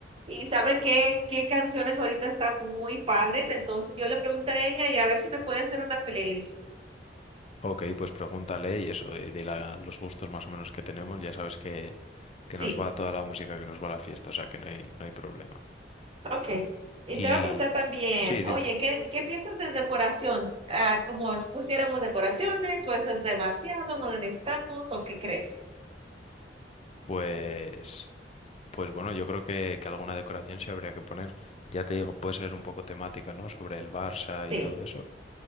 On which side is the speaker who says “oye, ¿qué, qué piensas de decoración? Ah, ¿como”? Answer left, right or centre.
Right